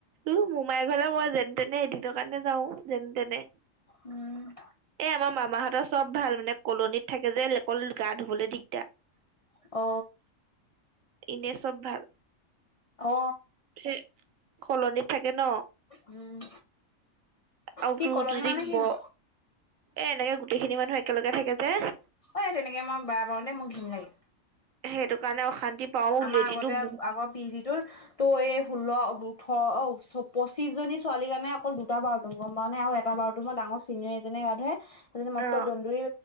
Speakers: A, on the right (about 85°); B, on the left (about 50°).
A: উ মোমাই ঘৰলৈ মই যেন তেনে এদিনৰ কাৰণে যাওঁ, যেন তেনে।
B: উম,
A: এ আমাৰ মামাহঁতৰ চব ভাল মানে। কলনিত থাকে যে, অকল গা ধুবলৈ দিগ
B: অ
A: এনে চব ভাল।
B: অ,
A: সে কলনিত থাকে ন?
B: উম,
A: আৰু
B: কি
A: তোৰ
B: কলনি
A: যদি
B: মানে কিনো?
A: বৰ এ এনেকে গোটেইখিনি মানুহ একেলগে থাকে যে
B: এই তেনেকে মই বেয়া পাওঁ দে, মোক ঘিণ লাগে।
A: সেইটো কাৰণে অশান্তি। পাওঁ মোক
B: আমাৰ
A: লেটিনো
B: আগতে
A: বহুত
B: আগৰ পি জি তোৰ ত এই ষোল্ল, অব-ওঠৰ, অ, চব পঁচিশ জনী ছোৱালীৰ কাৰণে অকল দুটা বাটৰুম গম পাওঁ নে আৰু এটা বা বাথৰুমত ডাঙৰ চিনিয়ৰ এজনীয়ে গা ধুইয়ে, সেইজনী মস্ত
A: অ',
B: দন্দুুৰী